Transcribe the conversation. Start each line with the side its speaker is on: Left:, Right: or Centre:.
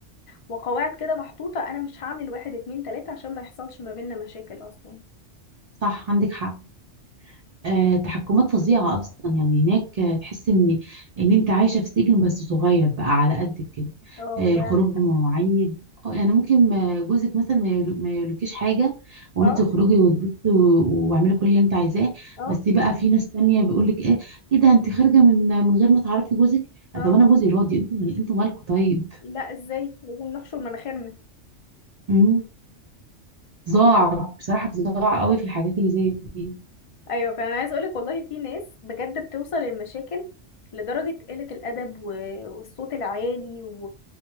Left: وقواعد كده محطوطة أنا مش هعمل واحد اتنين تلاتة عشان ما يحصلش ما بيننا مشاكل أصلا
Right: صح عندك حق آه، تحكمات فظيعة أصلا يعني هناك آه، تحس إن إن أنت عايشة في سجن بس صغير بقى على قدك كده
Left: اه والله
Right: آه، الخروج
Left: عندك
Right: بمواعيد
Left: حق
Right: اه يعني ممكن آه، جوزك مثلا ما يقول- ما يقولكيش حاجة وأنت
Left: اه
Right: تخرجي وتبصي و- واعملي كل اللي أنت عايزاه
Left: اه
Right: بس بقى في ناس تانية بيقولك إيه إيه ده أنت خارجة من من غير ما تعرفي جوزك
Left: اه
Right: آه، طب أنا جوزي راضي أنتوا أنتوا مالكوا طيب
Left: لا ازاي لازم نحشر مناخيرنا
Right: مم. ضاع بصراحة بضاع قوي في الحاجات اللي زي دي
Left: ايوه فانا عايز اقولك والله في ناس بجد بتوصل للمشاكل لدرجة قلة الأدب و... والصوت العالي و...